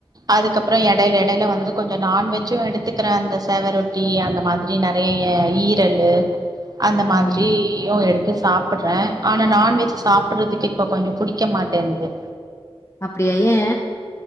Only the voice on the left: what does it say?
ம்
அப்டியா ஏ